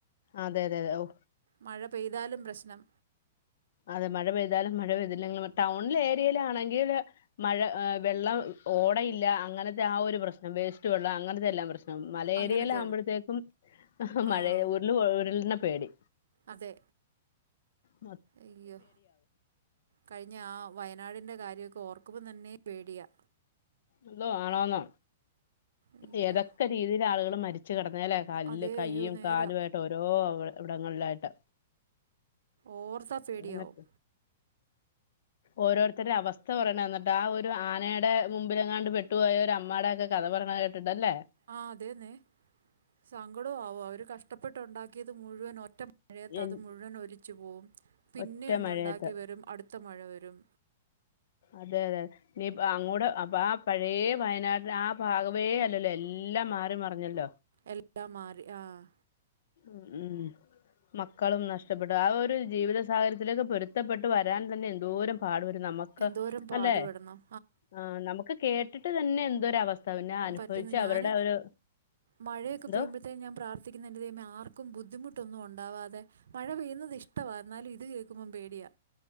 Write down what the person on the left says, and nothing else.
അതെ അതെ അതെ ഔ
അതെ, മഴ പെയ്താലും മഴ പെയ്തില്ലെങ്കിലും ടൗൺ ല് ഏരിയയിലാണെങ്കില് മഴ വെള്ളം ഓടയില്ല, അങ്ങനത്തെ ആ ഒരു പ്രശ്നം, വേസ്റ്റ് വെള്ളം, അങ്ങനത്തെ എല്ലാം പ്രശ്നം മലഏരിയയിലാകുമ്പോഴത്തേക്കും
മഴ
ഉരുള് ഉരുളിനെ പേടി
മൊത്തം
എന്തോ ആളാന്നോ
ഏതൊക്കെ രീതിൽ ആളുകൾ മരിച്ച് കടന്നാലേ കല്ല്
കയ്യും
കാലുമായിട്ട് ഓരോ അവ ഇവിടങ്ങളിലായിട്ട്
എന്നിട്ട് ഓരോരുത്തരടെ അവസ്ഥ പറയണെന്നിട്ട് ആ ഒരു ആനയുടെ മുമ്പിലെങ്ങാണ്ട് പെട്ടുപോയ ഒരു അമ്മടൊക്കെ കഥ പറയണത് കേട്ടിട്ട് അല്ലേ
എൻ-
ഒറ്റ
മഴയത്ത്
അതെ അതെ അതെ ഇനി പ്പോ അങ്ങോടെ അപ്പൊ ആ പഴയ വയനാടിന്റെ ആ ഭാഗവേ അല്ലല്ലോ എല്ലാം മാറി മറിഞ്ഞല്ലോ
ഉം മക്കളും നഷ്ടപ്പെട്ടു ആ ഒരു ജീവിത സാഹചര്യത്തിലേക്ക് പൊരുത്തപ്പെട്ട് വരാൻ തന്നെ എന്തോരം പാടു വരും നമ്മക്ക്
അല്ലെ ആ നമ്മുക്ക് കേട്ടിട്ട് തന്നെ എന്തൊരവസ്ഥ പിന്നെ അനുഭവിച്ച്
അവരുടെ ഒരു
എന്തോ